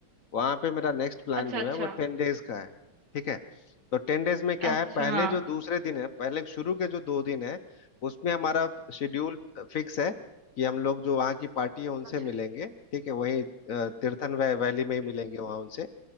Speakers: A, on the left (about 60°); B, on the right (about 50°).
A: वहां पे मेरा नेक्स्ट प्लान
B: अच्छा
A: जो
B: अच्छा
A: है वो टेन डेज का है ठीक है तो टेन डेज में क्या
B: अच्छा
A: है पहले
B: हाँ
A: जो दूसरे दिन है पहले शुरू के जो दो दिन है उसमें हमारा शेड्यूल फिक्स है कि हम लोग जो वहाँ की पार्टी है उनसे
B: अच्छा
A: मिलेंगे ठीक है वहीं अ, तीर्थन वै, वैली
B: हम्म,
A: में ही मिलेंगे
B: हम्म,
A: वहाँ उनसे